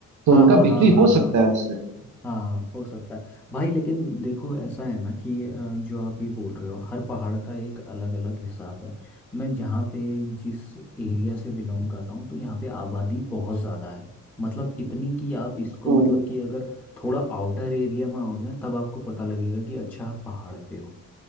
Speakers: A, on the right (about 70°); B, in the centre.
A: तो
B: हाँ
A: उनका
B: हाँ हाँ
A: बिक्री
B: हाँ
A: हो
B: हाँ
A: सकता
B: हाँ
A: है उससे
B: हाँ हाँ, हो सकता है भाई लेकिन देखो ऐसा है ना कि अ, जो आप ये बोल रहे हो हर पहाड़ का एक अलग अलग हिसाब है मैं जहाँ पे जिस एरिया से बिलोंग करता हूँ तो यहाँ पे आबादी बहुत ज़्यादा है मतलब इतनी कि आप इसको
A: हम्म,
B: मतलब कि अगर थोड़ा आउटर एरिया में आओगे ना तब आपको पता लगेगा कि अच्छा आप पहाड़ पे हो